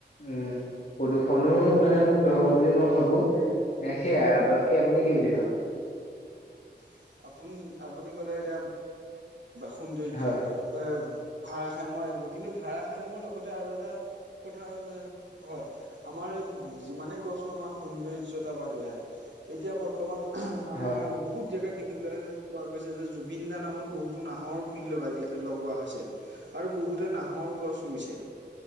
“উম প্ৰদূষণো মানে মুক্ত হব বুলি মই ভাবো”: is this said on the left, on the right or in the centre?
Left